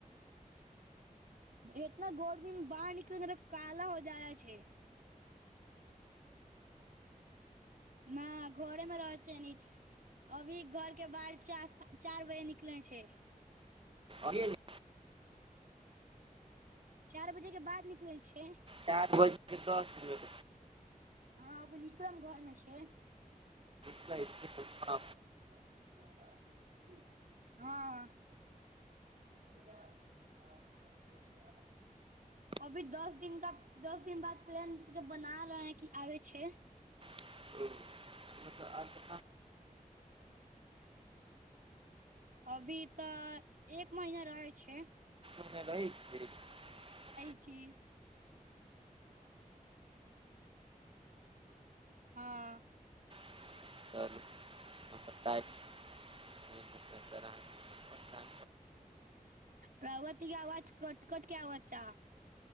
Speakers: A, on the right; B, on the right.
A: इतना गो ी बाहर निकल मब काला हो जा रहल छय न घरेमे रह छै ने अभी घर के बाहर चार चारि बजे निकलै छै
B: आे नहि
A: चारि बजेके बाद निकलैत छै
B: चारि बज के दस मिनट
A: हँ अब निक्रम घरमे से
B: कहिया
A: प छी हम आबै छै आहा से मुलाकात करय ठीक हँ कहिया आबै छी बताउ आहा ओहिये आउ अभी दस दिनका दस दिन बाद प्लान बना रहे हैं कि आबय छै
B: <inaudible> आबै
A: कटिहार केतना दिन पर आवल आईस अभी तऽ एक महीना रहै छै
B: भ
A: छी हँअ्
B: <inaudible>
A: प्रवती आवाज कट कट क आवाज छ